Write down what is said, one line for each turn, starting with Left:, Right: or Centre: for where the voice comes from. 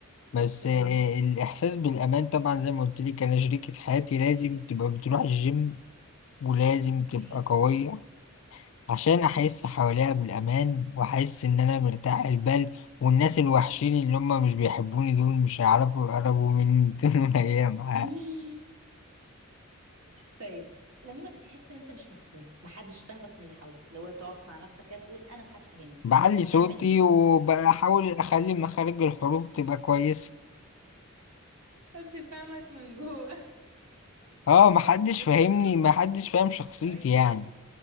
Left: بس
Right: تمام
Left: آه، الإحساس بالأمان طبعا زي ما قلت لك أنا شريكة حياتي لازم تبقى بتروح الجيم ولازم تبقى
Right: الش-
Left: قوية عشان أحس حواليها بالأمان وأحس إن أنا مرتاح البال والناس الوحشين اللي هم مش بيحبوني دول مش هيعرفوا يقربوا مني <laughs> طول الأيام ه-
Right: <laughs> طيب لما بتحس ان انت مش مفهوم محدش فاهمك من اللي حواليك لو تقف مع نفسك كده تقول انا محدش فاهمني
Left: بعلي صوتي
Right: تعمل ايه
Left: وبحاول أخلي مخارج الحروف تبقى كويسة
Right: بس فاهمك من جوه
Left: اه محدش
Right: بتصمت
Left: فاهمني محدش فاهم شخصيتي
Right: ايوه
Left: يعني